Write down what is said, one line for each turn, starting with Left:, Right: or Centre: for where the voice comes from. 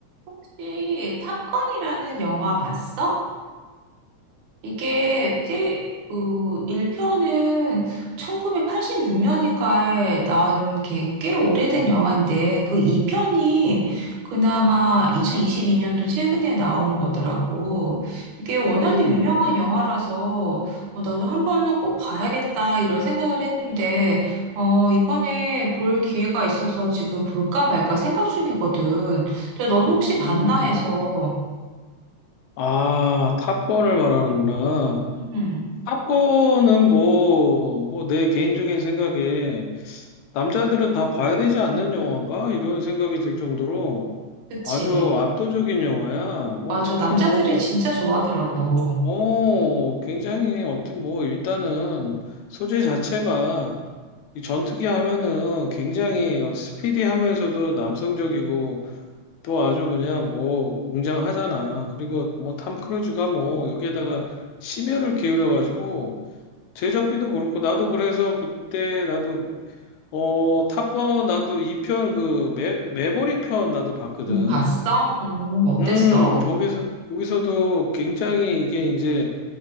Right: 혹시 탑건이라는 영화 봤어? 이게 제, 그 1편은 1986년인가에 나온 게 꽤 오래된 영화인데 그 2편이 그나마 2022년도 최근에 나온 거더라고. 이게 워낙에
Left: 음,
Right: 유명한 영화라서 어, 나도 한 번은 꼭 봐야겠다 이런 생각을 했는데 어, 이번에 볼 기회가 있어서 지금 볼까 말까 생각 중이거든. 근데 넌 혹시 봤나
Left: 음.
Right: 해서
Left: 아, 탑건을 말하는구나.
Right: 음,
Left: 탑건은 뭐, 뭐 내 개인적인 생각에 남자들은 다 봐야 되지 않는 영화인가? 이런 생각이 들 정도로
Right: 그치.
Left: 아주 압도적인 영화야. 뭐
Right: 맞아.
Left: 특히
Right: 남자들이
Left: 뭐,
Right: 진짜 좋아하더라고.
Left: 어, 굉장히 어떤 뭐 일단은 소재 자체가 이 전투기 하면은 굉장히 스피디하면서도 남성적이고 또 아주 그냥 뭐 웅장하잖아. 그리고 뭐 탐 크루즈가 뭐 여기에다가 심혈을 기울여 가지고 제작비도 그렇고 나도 그래서 그때 나도 어 탑건 나도 2편 그 매, 매버릭 편 나도 봤거든.
Right: 음, 봤어? 음, 어땠어?
Left: 음 거기서 거기서도 굉장히 이게 이제